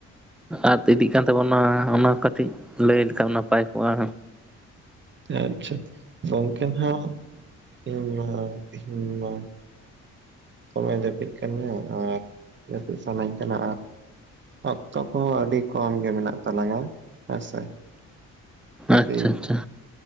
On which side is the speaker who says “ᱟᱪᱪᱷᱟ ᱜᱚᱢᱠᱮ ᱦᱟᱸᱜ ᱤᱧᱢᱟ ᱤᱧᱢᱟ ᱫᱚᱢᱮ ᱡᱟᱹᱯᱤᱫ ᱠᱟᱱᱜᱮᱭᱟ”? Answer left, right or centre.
Right